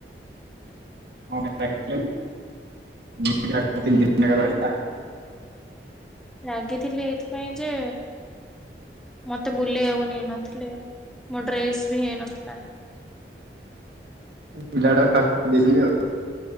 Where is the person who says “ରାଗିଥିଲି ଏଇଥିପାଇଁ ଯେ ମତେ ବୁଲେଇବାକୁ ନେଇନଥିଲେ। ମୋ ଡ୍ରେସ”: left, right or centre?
Centre